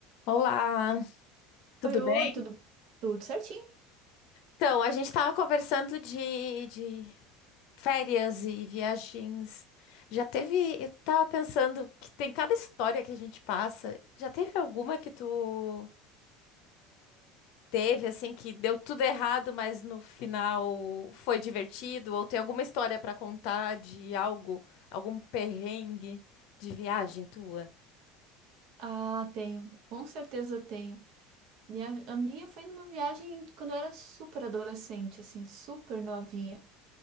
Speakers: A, on the left; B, on the right.
A: Olá, tudo
B: Oi, oi,
A: bem?
B: tudo, tudo certinho?
A: Então, a gente estava conversando de, de férias e viagens. Já teve, eu tava pensando que tem cada história que a gente passa. Já teve alguma que tu teve, assim, que deu tudo errado, mas no final foi divertido? Ou tem alguma história para contar de algo, algum perrengue de viagem tua?
B: Ah, tenho, com certeza tenho. E a, minha foi numa viagem quando eu era super adolescente, assim, super novinha.